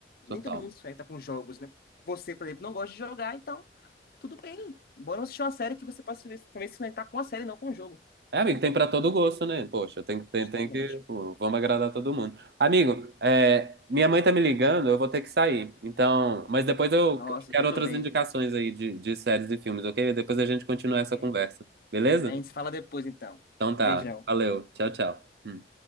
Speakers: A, on the left (about 55°); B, on the right (about 60°).
A: Nem
B: total.
A: todo mundo se conecta com jogos, né? Você, por exemplo, não gosta de jogar, então tudo bem. Bora assistir uma série que você possa talvez se conectar com a série, não com o jogo.
B: É, amigo, tem pra todo gosto, né? Poxa, tem, tem,
A: Justamente.
B: tem que. pô, Vamos agradar todo mundo. Amigo, é, minha mãe tá me ligando, eu vou ter que sair. Então, mas depois eu
A: Nossa,
B: quero
A: tudo
B: outras
A: bem.
B: indicações aí de, de séries e filmes, ok? Depois a gente continua
A: Ok.
B: essa conversa, beleza?
A: A gente se fala depois, então.
B: Então
A: Beijão.
B: tá, valeu, tchau, tchau. Hum.